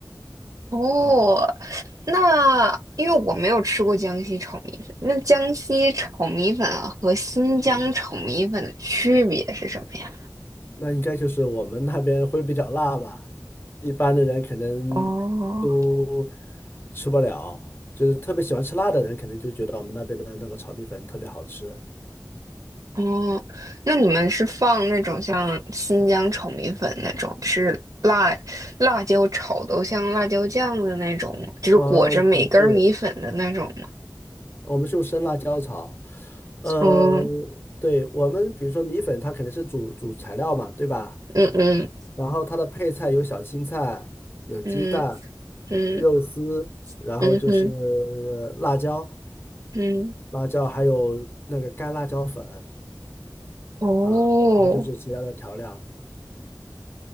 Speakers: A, on the right; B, on the left.
A: 哦，
B: 嗯
A: 那因为我没有吃过江西炒米粉，那江西炒米粉和新疆炒米粉的区别是什么呀？
B: 嗯，那应该就是我们那边会比较辣吧，一般的人可能都
A: 哦
B: 吃不了，就是特别喜欢吃辣的人，肯定就觉得我们那边的那个炒米粉特别好吃。
A: 哦，那你们是放那种像新疆炒米粉那种，就是辣辣椒炒的像辣椒酱的那种，就是裹着每根儿米粉的那种吗？
B: 啊，不是，我们是用生辣椒炒。呃，
A: 嗯
B: 对，我们比如说米粉，它肯定是主主材料嘛，对吧？
A: 嗯嗯。
B: 然后它的配菜有小青菜、有鸡蛋、
A: 嗯嗯
B: 肉丝，然后就是
A: 嗯哼
B: 辣椒、
A: 嗯，
B: 辣椒，还有那个干辣椒粉
A: 哦，
B: 啊，然后就是其他的调料